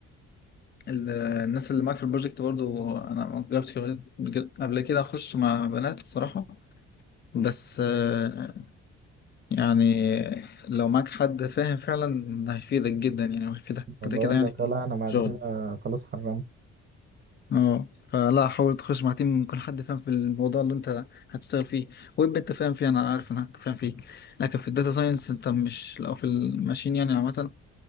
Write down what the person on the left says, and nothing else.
ال- الناس اللي معاك في البروجكت برضو انا ما جربتش كده- قبل كده اخش مع بنات الصراحه بس آه، يعني لو معاك حد فاهم فعلا هيفيدك جدا يعني وهيفيدك
كده
كده يعني
في شغل
اه فلا حاول تخش مع تيم يكون حد فاهم في الموضوع اللي انت هتشتغل فيه ويب انت فاهم فيه انا عارف انك فاهم فيه لكن في الداتا ساينس انت مش لو في الماشين يعني عامه